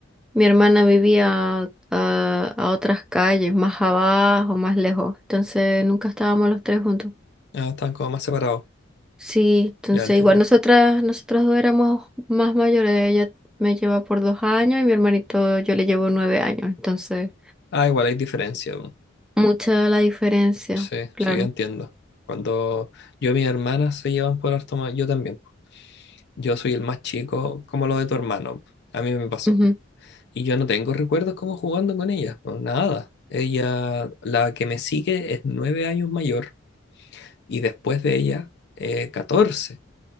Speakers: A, in the centre; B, on the left.
A: mi hermana vivía ah, a otras calles, más abajo, más lejos, entonces nunca estábamos los tres juntos.
B: Ah, estaban como más separados.
A: Sí, entonces
B: ya entiendo.
A: igual nosotras, nosotros dos éramos más mayores. Ella me lleva por dos años y mi hermanito yo le llevo nueve años. Entonces,
B: Ah, igual hay diferencia. po.
A: mucha la diferencia,
B: Sí,
A: claro.
B: sí, entiendo. Cuando yo y mis hermanas se llevan por harto más, yo también. Yo soy el más chico, como lo de tu hermano. A mí me pasó.
A: Ujú.
B: Y yo no tengo recuerdos como jugando con ella, no, nada. Ella, la que me sigue es nueve años mayor y después de ella, eh, 14.